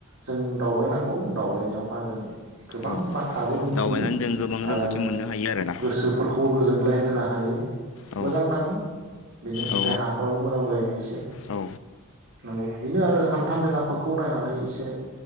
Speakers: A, on the right; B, on the left.
A: जों दावबायनांगौ दावबायनायावहा जों गोबां
B: औ।
A: बाथ्राबो मोनथियो
B: दावबायनानै जों गोबां रोंगौथि
A: आरो
B: मोननो हायो आरोना
A: गोसोफोरखौबो गोजोनग्लाय होनो हायो
B: औ
A: मोजां नाङो बेनो
B: औ
A: देहाफ्राबो मोजां जायो एसे
B: औ
A: नंगौ बेनो आरो हान्था मेलाफोरखौ नायनानै एसे